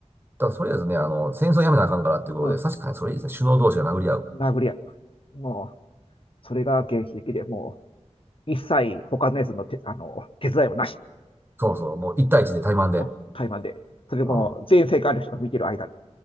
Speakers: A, on the right (about 20°); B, on the left (about 50°).
A: ただとりあえずね、あの、戦争やめなあかんからっていうことで、
B: うん、
A: 確かにそれいいですね。首脳同士が殴り合う。
B: 殴り合うもう、それが原始的で、もう、一切他のやつの手あの手伝いはなし。
A: そうそう、もう一対一で対マンで。
B: もう台湾で。それも全世界の人が見てる間、
A: うん